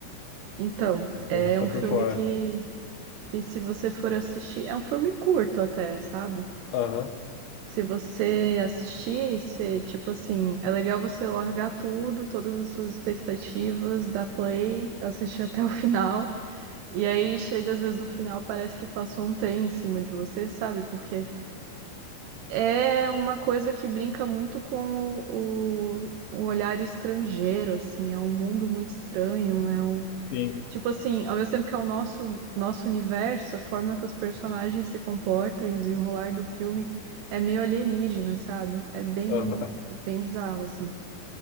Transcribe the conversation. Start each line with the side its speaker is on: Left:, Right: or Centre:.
Right: Então, é
Left: Não, Tô
Right: um
Left: por
Right: filme
Left: fora.
Right: que, que se você for assistir. É um filme curto até, sabe?
Left: Aham,
Right: Se você assistir, você, tipo assim, é legal você largar tudo, todas as suas expectativas, dar play, assistir até o final. E aí chega às vezes no final, parece que passou um trem em cima de você, sabe? Porque É uma coisa que brinca muito com o, o- olhar estrangeiro, assim, é um mundo muito estranho, é um,
Left: sim.
Right: tipo assim, ao mesmo tempo que é o nosso nosso universo, a forma que os personagens se comportam e o desenrolar do filme é meio alienígena, sabe? É bem
Left: Aham,
Right: bem bizarro, assim.